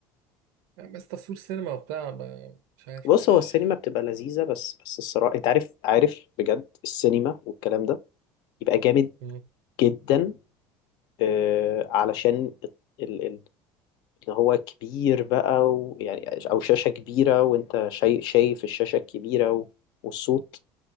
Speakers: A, on the right; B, on the left.
A: يعني بس تصوير سينما وبتاع ب- مش عارف
B: بص
A: مش
B: هو السينما بتبقى لذيذة بس بس الصراحة أنت عارف عارف بجد السينما والكلام ده يبقى جامد
A: مم.
B: جدا آه، علشان ال- ال- ان هو كبير بقى ويعني او شاشة كبيرة وانت شاي- شايف الشاشة الكبيرة و- والصوت